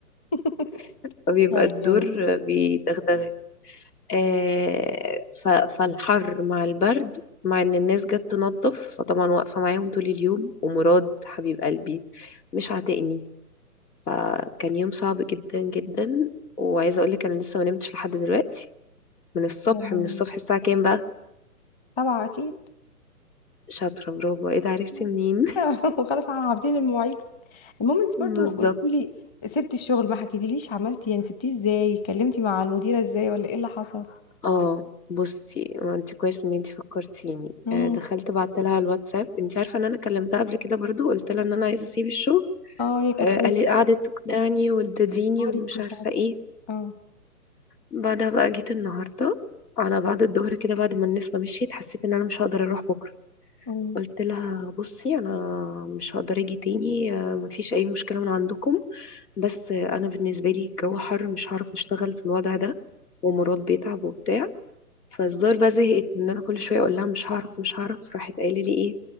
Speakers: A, on the left; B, on the left.
A: <laughs>
B: <laughs> فبيبقى
A: يا عيني
B: الدور
A: يا رب
B: بيدغدغك آه، ف- فالحر مع البرد مع ان الناس جت تنظف فطبعا واقفه معاهم طول اليوم ومراد حبيب قلبي مش عاتقني فكان يوم صعب جدا جدا وعايزه اقول لك انا لسه ما نمتش لحد دلوقتي من الصبح
A: يا لهوي
B: من الصبح الساعة كام بقى
A: سبعة اكيد
B: شاطرة برافو ايه ده عرفتي
A: <laughs>
B: منين
A: وخلاص احنا حافظين المواعيد المهم انت
B: <laughs> بالظبط
A: برضو قلتي لي سبتي الشغل ما حكيتيليش عملتي يعني سبتيه ازاي كلمتي مع المديرة ازاي ولا ايه اللي حصل
B: اه بصي ما انت كويس ان انت فكرتيني
A: امم
B: آه، دخلت بعت لها الواتساب انت عارفة ان انا كلمتها قبل كده برضو قلت لها ان انا عايزة اسيب الشغل
A: اه هي كانت
B: آه،
A: قالت
B: قالت
A: لي
B: قعدت تقنعني وتديني
A: هوري
B: ومش
A: مش
B: عارفة
A: عارفة
B: ايه
A: ايه. اه
B: بعدها بقى جيت النهاردة على بعد الظهر كده بعد ما الناس ما مشيت حسيت ان انا مش هقدر اروح بكرة
A: أمم.
B: قلت لها بصي انا مش هقدر اجي تاني آه، مفيش اي مشكلة من عندكم بس انا بالنسبه لي الجو حر مش هعرف اشتغل في الوضع ده ومراد بيتعب وبتاع فالزار بقى زهقت ان انا كل شويه اقول لها مش هعرف مش هعرف راحت قايله لي ايه